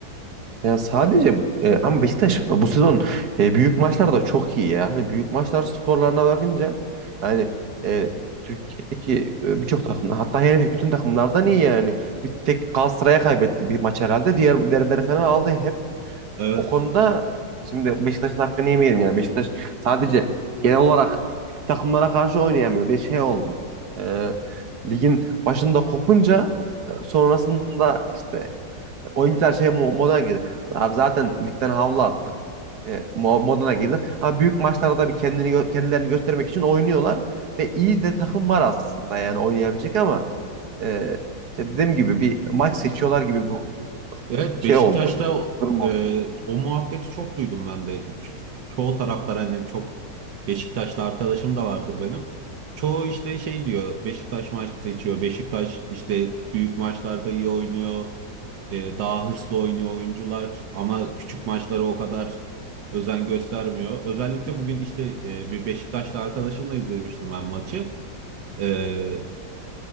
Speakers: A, on the right (about 60°); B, on the right (about 85°).
A: Ya sadece e, ama Beşiktaş bu sezon e, büyük maçlarda çok iyi ya. Hani büyük maçlar skorlarına bakınca hani e, Türkiye'deki e, birçok takım hatta her bütün takımlardan iyi yani. Bir tek Galatasaray'a kaybetti bir maç herhalde. Diğer derbileri falan aldı. Hep
B: Evet.
A: O konuda şimdi Beşiktaş'ın hakkını yemeyelim yani. Beşiktaş sadece genel olarak küçük takımlara karşı oynayamıyor. Bir şey oldu. Ee, ligin başında kopunca e, sonrasında işte oyuncular şey mo- moduna girdi. Abi zaten ligden havlu attık. E, mo- moduna girdi. Ama büyük maçlarda bir kendini gö- kendilerini göstermek için oynuyorlar ve iyi de takım var aslında yani oynayabilecek ama e, işte dediğim gibi bir maç seçiyorlar gibi bu
B: Evet
A: şey
B: Beşiktaş'ta
A: oldu. Durum oldu.
B: e, o muhabbeti çok duydum ben de. Ço- Çoğu taraftar hani çok Beşiktaşlı arkadaşım da vardır benim. Çoğu işte şey diyor Beşiktaş maç seçiyor. Beşiktaş işte büyük maçlarda iyi oynuyor. E, daha hırslı oynuyor oyuncular ama küçük maçlara o kadar özen göstermiyor. Özellikle bugün işte e, bir Beşiktaşlı arkadaşımla izlemiştim ben maçı. E,